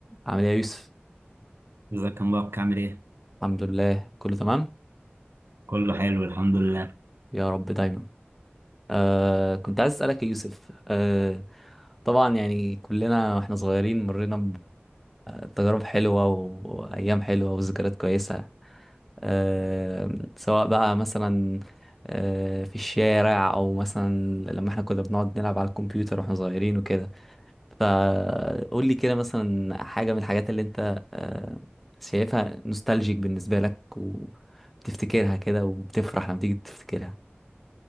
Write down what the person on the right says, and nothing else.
ازيك يا مبارك عامل ايه؟
كله حلو الحمد لله